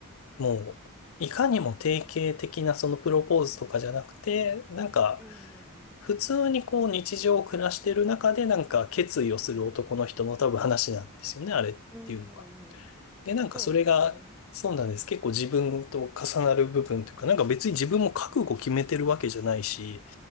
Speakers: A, on the left; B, in the centre.
A: もう、いかにも定型的なそのプロポーズとかじゃなくて、なんか、
B: うんうんうん。
A: 普通にこう日常を暮らしてる中でなんか決意をする男の人の多分話なんですよね、あれっていうのが。
B: うんうんうん。
A: で、なんかそれが、
B: そうですね。
A: そうなんです。結構自分と重なる部分というか、なんか別に自分も覚悟決めてるわけじゃないし、